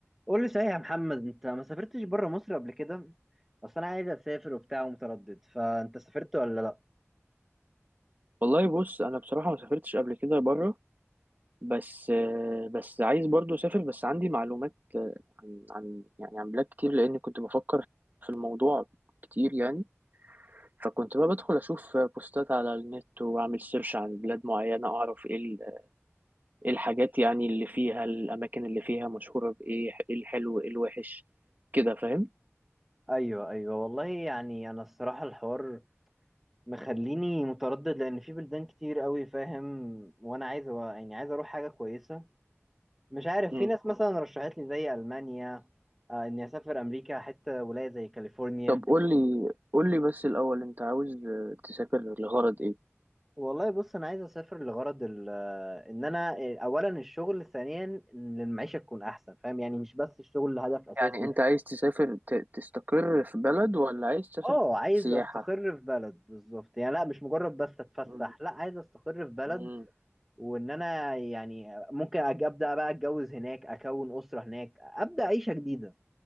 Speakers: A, in the centre; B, on the right (about 40°).
A: قول لي صحيح يا محمد انت ما سافرتش بره مصر قبل كده اصل انا عايز اسافر وبتاع ومتردد فانت سافرت ولا لا
B: والله بص انا بصراحه ما سافرتش قبل كده بره بس آه، بس عايز برضو اسافر بس عندي معلومات آه، عن عن يعني عن بلاد كتير لان كنت بفكر في الموضوع كتير يعني فكنت بقى بدخل اشوف بوستات على النت واعمل سيرش عن بلاد معينه اعرف ايه ال- إيه الحاجات يعني اللي فيها الاماكن اللي فيها مشهوره بايه ايه الحلو ايه الوحش كده فاهم
A: ايوه ايوه والله يعني انا الصراحه الحوار مخليني متردد لان في بلدان كتير قوي فاهم وانا عايز أ- يعني عايز اروح حاجه كويسه مش عارف
B: مم.
A: في ناس مثلا رشحت لي زي المانيا آه، اني اسافر امريكا حتى ولايه زي كاليفورنيا
B: طب قول لي قول لي بس الاول انت عاوز آه، تسافر لغرض ايه
A: والله بص انا عايز اسافر لغرض ال- آه، ان انا آه، اولا الشغل ثانيا ان المعيشه تكون احسن فاهم يعني مش بس الشغل هدف اساسي
B: يعني انت عايز تسافر ت- تستقر في بلد ولا عايز تسافر
A: اه عايز
B: سياحة
A: استقر في بلد بالظبط يعني لا مش مجرد بس اتفسح
B: مم.
A: لا عايز استقر في بلد
B: مم.
A: وان انا يعني ممكن أج- ابدا بقى اتجوز هناك اكون اسره هناك ابدا عيشه جديده